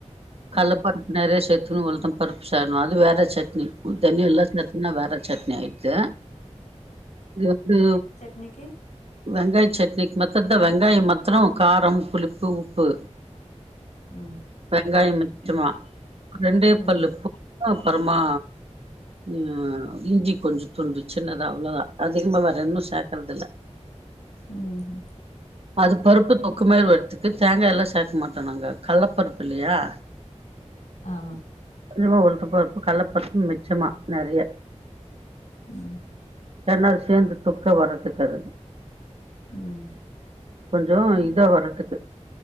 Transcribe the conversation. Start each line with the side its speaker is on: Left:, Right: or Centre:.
Right: கல்லப்
Left: ம்
Right: பருப்பு நெறையா சேத்தணு உளுத்தம் பருப்பு சேர்ணும் அது வேற சட்னி தனியா எல்லா என்னா வேற சட்னி ஆய்ட்து இது வந்து
Left: இன்னக்கி
Right: வெங்காய சட்னிக்கு மத்ரந்தா வெங்காயம் மத்ரோ காரம் புளிப்பு உப்பு
Left: ம்
Right: வெங்காயம் மிச்சமா ரெண்டே
Left: ம்
Right: பல்லு பூண்டு அப்றமா ஆ இஞ்சி கொஞ்சோ துண்டு சின்னதா அவ்ளோதா அதிகமா வேற ஒண்ணும் சேக் கறதில்ல
Left: ம் ம்
Right: அது பருப்பு தொக்கு மாறி வரத்துக்கு தேங்காயெல்லா சேக்க மாட்டோ நாங்க கல்லப்பருப்பு இல்லயா
Left: ஆமா
Right: கொஞ்சமா ஒரு கப்பு அரப்பு கல்லப்பருப்பு மிச்சமா நறைய
Left: ம்
Right: எல்லா சேந்து தொக்கா வரதுக்கு அது
Left: ம்
Right: கொஞ்சோ இதா வரதுக்கு